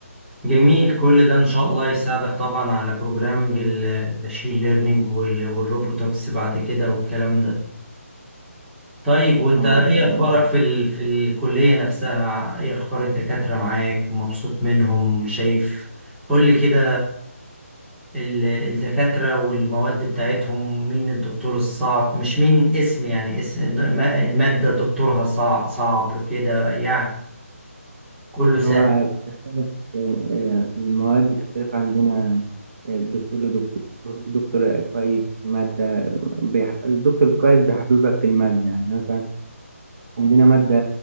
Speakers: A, in the centre; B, on the right.
A: جميل كل ده ان شاء الله يساعدك طبعا على بروجرامنج الماشين ليرنينج والروبوتكس بعد كده والكلام ده طيب وانت
B: اه
A: ايه
B: ف-
A: اخبارك في ال... في الكلية نفسها ايه اخبار الدكاترة معاك مبسوط منهم شايف قول لي كده ال... الدكاترة والمواد بتاعتهم مين الدكتور الصعب مش مين اسم يعني اسم ما- المادة دكتورها صعب صعب كده يعني كله سهل
B: هو بتختلف آه، المواد بتختلف عندنا آه، الدكتور لدكتور في دكتور كويس في مادة بيح... الدكتور الكويس بيحببك في المادة يعني مثلا عندنا مادة